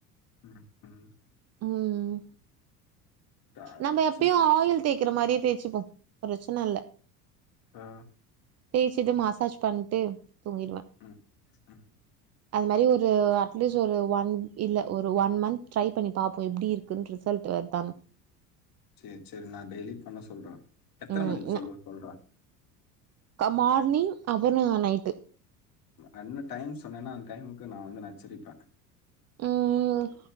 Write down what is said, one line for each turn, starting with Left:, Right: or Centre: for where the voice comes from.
Left: ம் ம்
Right: ம்
Left: டார்ச்சர்
Right: நம்ப எப்பயு ஆயில் தேக்கிற மாரியே தேச்சுப்போ ப்ரச்சன இல்ல
Left: ஆ
Right: தேய்ச்சுட்டு மசாஜ் பண்ட்டு தூங்கிடுவே
Left: ம் ம்
Right: அதுமாரி ஒரு அட்லீஸ்ட் ஒரு ஒன் இல்ல ஒரு ஒன் மந்த் ட்ரை பண்ணி பாப்போ எப்டிருக்கு குன் ரிசல்ட் வர்தானு
Left: செர் செர் நா டெய்லி பண்ண சொல்றே எத்தன
Right: ம்
Left: மணிக்கு சொல்லு சொல்றே
Right: க மார்னிங் அபற்னா நைட்டு
Left: என்ன டைம் சொன்னேன்னா அந்த டைமுக்கு நா வந்து நச்சரிப்பே
Right: ம்